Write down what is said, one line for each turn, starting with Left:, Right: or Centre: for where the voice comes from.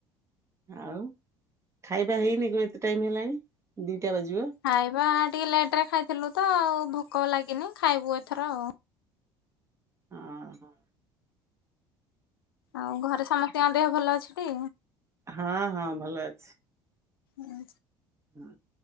Right: ଆଉ, ଖାଇବା ହେଇନି କଣ? ଏତେ ଟାଇମ୍ ହେଲାଣି? ଦିଟା ବାଜିବ
Left: ଖାଇବା ଟିକେ ଲେଟ ରେ ଖାଇଥିଲୁ। ତ ଆଉ ଭୋକ ଲାଗିନି ଖାଇବୁ ଏଥର ଆଉ।
Right: ହ ହୋ।
Left: ଆଉ ଘରେ ସମସ୍ତଙ୍କ ଦେହ ଭଲ ଅଛି?
Right: ହଁ ହଁ ଭଲ ଅଛି।
Left: ଆଁ
Right: ହୁଁ